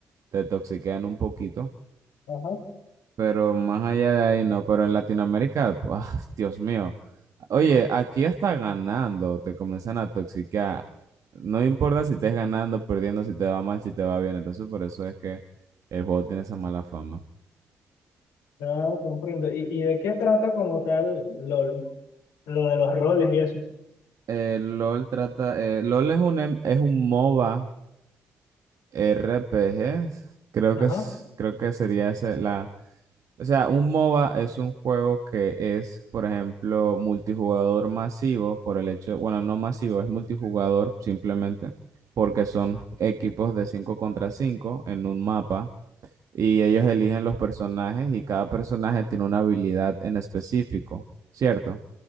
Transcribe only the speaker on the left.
Ajá.
Ah, comprendo. ¿Y, y de qué trata como tal LOL? Lo de los roles y eso.
Ajá,